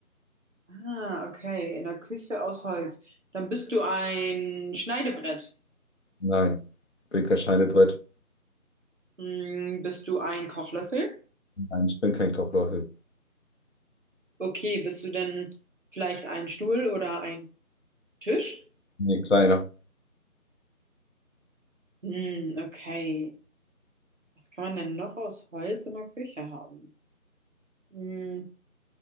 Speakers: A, on the right (about 55°); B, on the left (about 50°).
A: Ah, okay, in der Küche aus Holz. Dann bist du ein Schneidebrett.
B: nein. Ich bin kein Schneidebrett.
A: Hm, bist du ein Kochlöffel?
B: Nein, ich bin kein Kochlöffel.
A: Okay, bist du denn vielleicht ein Stuhl oder ein Tisch?
B: Nee, kleiner.
A: Hm, okay. Was kann man denn noch aus Holz in der Küche haben? Hm,